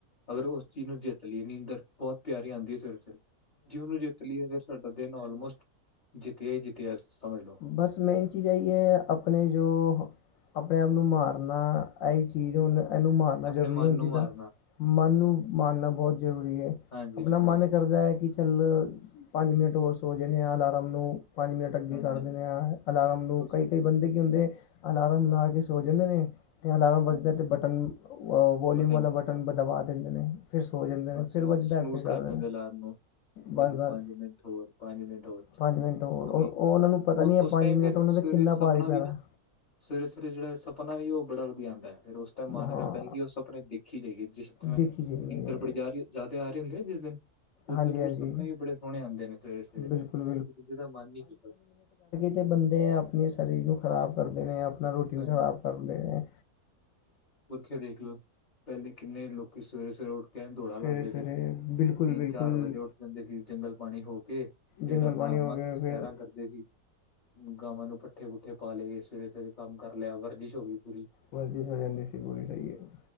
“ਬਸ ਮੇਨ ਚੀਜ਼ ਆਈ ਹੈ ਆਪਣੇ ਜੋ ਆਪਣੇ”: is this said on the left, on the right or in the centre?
Left